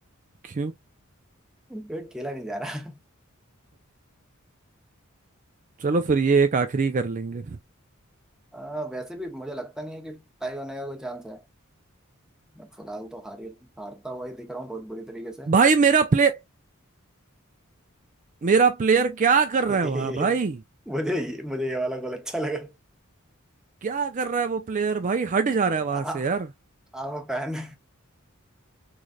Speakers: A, on the right (about 35°); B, in the centre.
A: क्यों
B: <laughs> क्योंकि खेला नहीं जा रहा
A: चलो फिर ये एक आखिरी कर लेंगे
B: आ, वैसे भी मुझे लगता नहीं है कि टाई होने का कोई चांस है मैं फिलहाल तो हारी हारता हुआ ही दिख रहा हूँ बहुत बुरी तरीके से
A: भाई मेरा प्ले मेरा प्लेयर क्या कर
B: <laughs>
A: रहा है वहां भाई
B: मुझे मुझे ये वाला गोल अच्छा लगा
A: क्या कर रहा है वो प्लेयर भाई हट जा रहा है वहां
B: <laughs> आई
A: से यार <laughs>
B: एम फैन